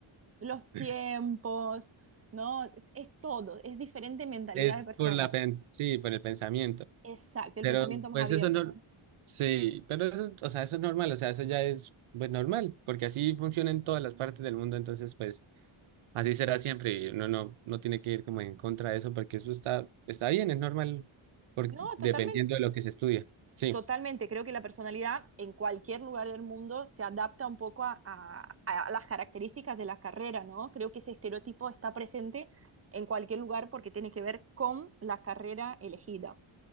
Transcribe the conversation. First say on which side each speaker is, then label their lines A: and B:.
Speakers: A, on the right; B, on the right.
A: los
B: <laughs>
A: tiempos, ¿no? Es todo, es diferente mentalidad
B: Es
A: de personas.
B: por la pen- sí, por el pensamiento.
A: Exacto, el
B: Pero
A: pensamiento más
B: pues
A: abierto,
B: eso no,
A: ¿no?
B: sí, pero eso, o sea, eso es normal, o sea, eso ya es pues normal, porque así funciona en todas las partes del mundo, entonces pues así será siempre y uno no no tiene que ir como en contra de eso porque eso está está bien, es normal por-
A: No,
B: dependiendo
A: totalmente,
B: de lo que se estudia. Sí,
A: totalmente. Creo que la personalidad en cualquier lugar del mundo se adapta un poco a, a- a las características de la carrera, ¿no? Creo que ese estereotipo está presente en cualquier lugar porque tiene que ver con la carrera elegida.